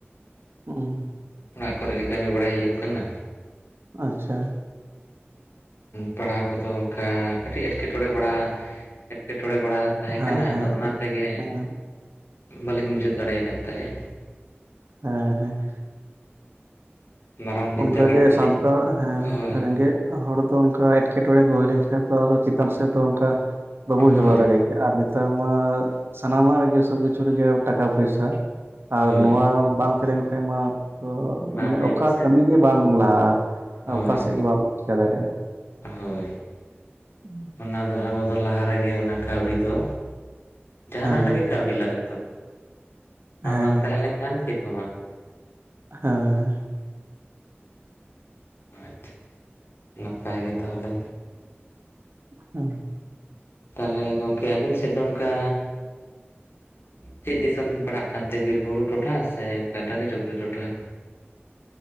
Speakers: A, on the right (about 65°); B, on the left (about 65°).
A: <unintelligible>
B: ᱚᱲᱟᱜ ᱠᱚᱨᱮ ᱜᱮ ᱠᱟᱹᱢᱤ ᱵᱟᱲᱟᱭ ᱦᱩᱭᱩᱜ ᱠᱟᱱᱟ᱾
A: ᱟᱪᱪᱷᱟ
B: ᱯᱟᱲᱦᱟᱣ ᱠᱚᱫᱚ ᱚᱱᱠᱟ ᱠᱟᱹᱴᱤᱡ ᱮᱴᱠᱮᱴᱚᱬᱮ ᱮᱴᱠᱮ ᱴᱚᱬᱮ ᱵᱟᱲᱟ ᱛᱟᱦᱮᱸ
A: ᱦᱮᱸ
B: ᱠᱟᱱᱟ ᱟᱫᱚ
A: ᱦᱮᱸ
B: ᱚᱱᱟ ᱛᱮᱜᱮ
A: ᱦᱮᱸ
B: ᱵᱟᱹᱞᱤᱧ ᱢᱩᱪᱟᱹᱫ ᱫᱟᱲᱮ ᱟᱠᱟᱫ ᱛᱟᱦᱮᱸᱫ
A: ᱦᱮᱸ ᱦᱮᱸ
B: ᱢᱟᱨᱟᱝ ᱵᱤᱫᱽᱫᱟᱹᱜᱟᱲ
A: ᱚᱱᱠᱟᱜᱮ
B: ᱛᱮᱞᱤᱧ
A: ᱥᱟᱱᱛᱟᱲ
B: ᱦᱳᱭ
A: ᱨᱮᱸᱜᱮᱡ
B: ᱦᱳᱭ
A: ᱦᱚᱲ ᱚᱱᱠᱟ ᱮᱴᱠᱮᱴᱚᱬᱮ ᱠᱚ ᱦᱩᱭ ᱞᱮᱱᱠᱷᱟᱱ ᱫᱚ ᱪᱮᱛᱟᱱ ᱥᱮᱫ ᱫᱚ ᱚᱱᱠᱟ
B: ᱦᱳᱭ
A: ᱵᱟᱵᱚᱱ ᱪᱟᱞᱟᱣ
B: ᱦᱳᱭ
A: ᱫᱟᱲᱮᱭᱟᱜ ᱜᱮᱭᱟ ᱟᱨ ᱱᱮᱛᱟᱨ ᱢᱟ ᱥᱟᱱᱟᱢᱟᱜ ᱨᱮᱜᱮ ᱥᱚᱵ ᱠᱤᱪᱷᱩ ᱨᱮᱜᱮ ᱴᱟᱠᱟ ᱯᱚᱭᱥᱟ᱾ ᱟᱨ
B: ᱦᱳᱭ
A: ᱱᱚᱣᱟ ᱵᱟᱝ ᱛᱟᱦᱮᱸ ᱞᱮᱱ ᱠᱷᱟᱡ ᱢᱟ
B: ᱵᱟᱝ
A: ᱢᱟᱱᱮ
B: ᱦᱩᱭᱩᱜᱼᱟ
A: ᱚᱠᱟ
B: ᱥᱮ
A: ᱠᱟᱹᱢᱤ ᱜᱮ ᱵᱟᱝ ᱞᱟᱦᱟᱜᱼᱟ
B: ᱦᱳᱭ
A: ᱚᱠᱟ ᱥᱮᱜ
B: ᱦᱳᱭ
A: ᱜᱮ ᱵᱟᱢ ᱪᱤᱠᱟ ᱫᱟᱲᱮᱭᱟᱜᱼᱟ᱾
B: ᱦᱳᱭ
A: ᱦᱮᱸ <unintelligible>
B: ᱚᱱᱟ ᱫᱚ ᱟᱵᱚ ᱞᱟᱦᱟ ᱨᱮᱜᱮ ᱚᱱᱟ ᱠᱟᱹᱣᱰᱤ ᱫᱚ ᱡᱟᱦᱟᱱᱟᱜ
A: ᱦᱮᱸ
B: ᱨᱮᱜᱮ ᱠᱟᱹᱣᱰᱤ ᱞᱟᱜᱟᱜ ᱛᱟᱵᱚᱱᱟ ᱚᱱᱟ
A: ᱦᱮᱸ
B: ᱵᱟᱝ ᱛᱟᱦᱮᱸ ᱞᱮᱱᱠᱷᱟᱱ ᱪᱮᱫ ᱦᱚᱸ ᱵᱟᱝ ᱜᱟᱱᱚᱜᱼᱟ
A: ᱦᱮᱸ
B: ᱟᱪᱪᱷᱟ ᱱᱟᱯᱟᱭ ᱜᱮ ᱛᱟᱦᱚᱞᱮ
A: ᱦᱮᱸ
B: ᱛᱟᱦᱚᱞᱮ ᱜᱚᱢᱠᱮ ᱟᱵᱤᱱ ᱥᱮᱫ ᱫᱚ ᱚᱱᱠᱟ ᱪᱮᱫ ᱫᱤᱥᱚᱢ ᱵᱤᱱ ᱯᱟᱲᱣᱜ ᱠᱟᱱ ᱛᱮ ᱵᱤᱨ ᱵᱩᱨᱩ ᱴᱚᱴᱷᱟ ᱥᱮ ᱚᱱᱠᱟ ᱴᱟᱺᱰᱤ ᱰᱩᱝᱨᱤ ᱴᱚᱴᱷᱟ